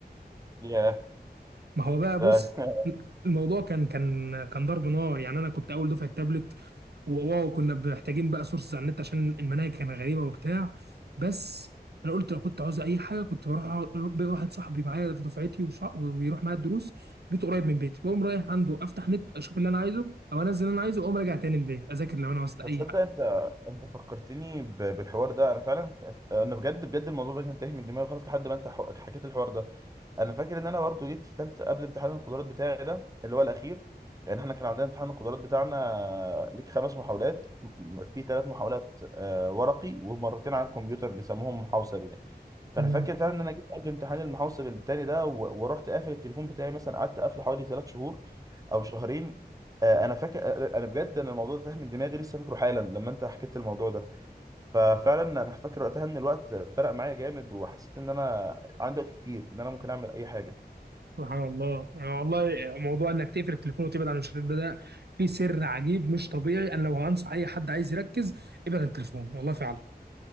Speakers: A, on the right; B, on the right.
A: ياه
B: ما هو بقى
A: ده
B: بص
A: <laughs>
B: الموضوع كان كان كان ضرب نار يعني انا كنت اول دفعه تابلت وواو كنا محتاجين بقى سورس على النت عشان المناهج كانت غريبه وبتاع بس انا قلت لو كنت عاوز اي حاجه كنت بروح أقعد- بي- واحد صاحبي معايا في دفعتي وشع- وبيروح معايا الدروس بيته قريب من بيتي بقوم رايح عنده افتح نت اشوف اللي انا عايزه او انزل اللي انا عايزه واقوم راجع تاني البيت اذاكر لو انا وسط اي
A: تصدق
B: حاجه
A: انت انت فكرتني ب- بالحوار ده انا فعلا انا بجد بجد الموضوع ده كان تايه من دماغي خالص لحد ما انت حو- حكيت الحوار ده انا فاكر ان انا برضو جيت في ثالثه قبل امتحان القدرات بتاعي ده اللي هو الاخير يعني احنا كان عندنا امتحان القدرات بتاعنا ليك خمس محاولات م- في ثلاث محاولات آه، ورقي ومرتين على الكمبيوتر بيسموهم محوسب يعني فانا
B: تمام
A: فاكر فعلا ان انا جيت قبل امتحان المحوسب التاني ده و- ورحت قافل التليفون بتاعي مثلا قعدت قافله حوالي ثلاث شهور او شهرين آه، انا فاكر آه، انا بجد انا الموضوع ده تاه من دماغي لسه فاكره حالا لما انت حكيت الموضوع ده ففعلا انا فاكر وقتها ان الوقت فرق معايا جامد وحسيت ان انا عندي وقت كتير ان انا ممكن اعمل اي حاجه
B: سبحان الله يعني والله موضوع انك تقفل التليفون وتبعد عن الشريط ده ده فيه سر عجيب مش طبيعي انا لو هنصح اي حد عايز يركز ابعد عن التليفون والله فعلا